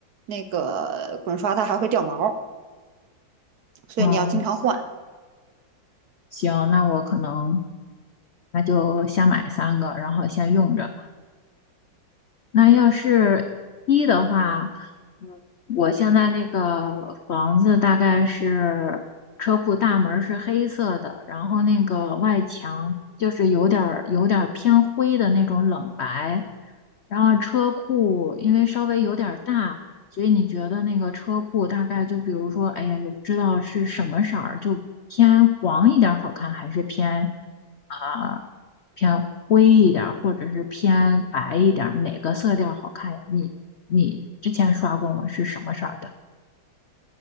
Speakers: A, on the right (about 60°); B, on the left (about 80°).
A: 那个滚刷它还会掉毛所以你要经常换。
B: 嗯。行，那我可能那就先买三个，然后先用着。那要是一的话，嗯，我现在那个房子大概是车库大门是黑色的，然后那个外墙就是有点儿有点儿偏灰的那种冷白，然后车库因为稍微有点儿大，所以你觉得那个车库大概就比如说，哎呀，也不知道是什么色儿，就偏黄一点儿好看，还是偏啊、偏灰一点儿，或者是偏白一点儿，哪个色调好看呀？你你之前刷过吗？是什么色儿的？